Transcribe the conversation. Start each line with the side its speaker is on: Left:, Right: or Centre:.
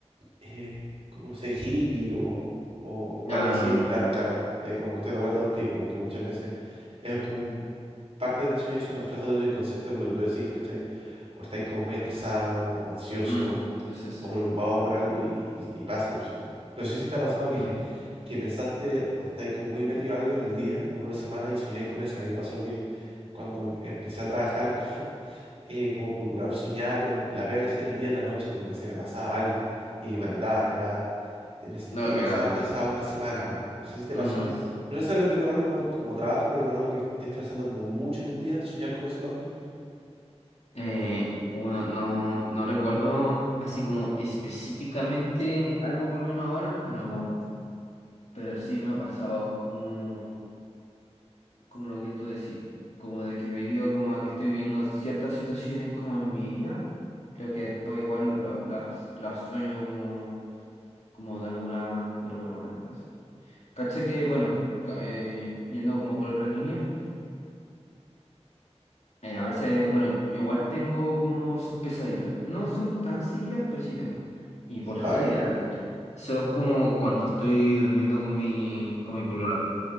Right: eh, como no sé, hippie o, o- o
Left: Ah,
Right: algo así,
Left: no,
Right: claro,
Left: no.
Right: claro, eh, como que estoy de acuerdo contigo, como que muchas veces es como un, partes del sueño son reflejos de tu inconsciente por lo que tú decís, ¿cachai? O estáis como muy estresado, o ansioso,
Left: no. Mm. Sí, sí, sí.
Right: o preocupado por algo y, y- y pasa los sueños. No sé si te ha pasado que,
Left: Mm.
Right: <laughs> que pensaste o estáis como muy metido algo en el día o en una semana y soñáis con eso. A mí me pasó que cuando em- empecé a trabajar <laughs> como, eh, como procurador soñaba con la pega que hacía en el día y en la noche, como que se me pasaba algo y que me retaban. Era, eh, me sentí
Left: No,
Right: demasiado
Left: que nada.
Right: estresado una semana, weón. No sé si te
Left: Mm.
Right: pasó no necesariamente con algo como, como trabajo, pero con algo que estés pensando como mucho en un día, soñar con eso también.
Left: Eh, bueno, no, no recuerdo así como específicamente algo por lo menos ahora, pero, pero sí me ha pasado como, como lo que tú decís, como de que he vivido, como que estoy viviendo ciertas situaciones como en mi vida, creo que después igual lo- las, las sueño como, como de alguna, de alguna manera, así. Caché que, bueno, ca- eh, yendo como por otra línea, Eh, a veces, bueno, yo igual tengo como sus pesadillas. No son tan seguidas, pero sí tengo. Y por lo
Right: Vale.
Left: <laughs> general, son como cuando estoy durmiendo con mi, con mi polola.